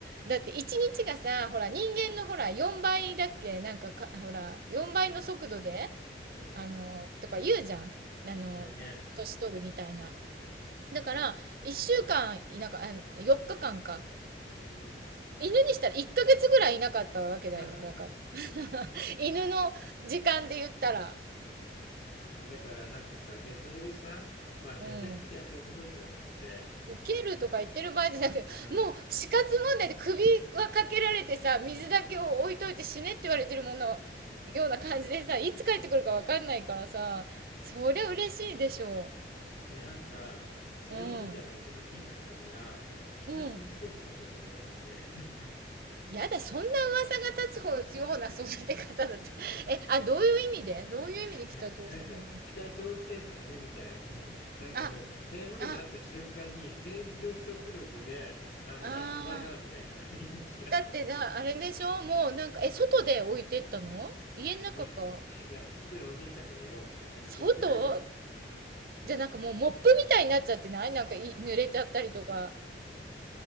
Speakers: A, on the right; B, on the left.
A: だって一日がさ、ほら、人間のほら、4倍だっけなんかか、ほら、4倍の速度で、
B: うん、うん、
A: あの、とか言うじゃん。あの、
B: 言うね。
A: 年取るみたいな。
B: うんうん。
A: だから、1週間いなか、あ、4日間かんか。
B: うん。
A: 犬にしたら1ヶ月ぐらいいなかったわけだよ。
B: <laughs>
A: だから。<laughs> 犬の時間で言ったら。
B: だからなんかさ、で、それでさ、まあめちゃくちゃ汗を細っちゃってて、
A: うん。受けるとか言ってる場合じゃなくて、
B: うん。
A: もう死活問題で首はかけられてさ、水だけを置いといて死ねって言われてるものような感じでさ、いつ帰ってくるかわかんないからさ、そりゃ嬉しいでしょ
B: で、なんか、それを見たさ、
A: う。うん。
B: うちの近所の方が、北朝鮮の犬だとか言い始めて、
A: うん。
B: <laughs> なんか、
A: やだ、そんな噂が立つような育て方だって。
B: <laughs>
A: <laughs> え、あ、どういう意味でどういう意味で北朝鮮に
B: いや、なんか、北朝鮮の犬みたいに、なんかもう、
A: あ、
B: 食べ物があった瞬間に全女子力力で、
A: あ、
B: なんか、
A: あ
B: 奪い合うみたいな
A: あ。
B: <laughs> 雰囲気が
A: だってな、あれでしょもうなんか、え、外で置いてったの家の中か。
B: <laughs>。いや、いや、外に置いていったんだけど、なんか結局だから、
A: 外
B: うん。
A: じゃ、なんかもうモップみたいになっちゃってない？なんか、い濡れちゃったりとか。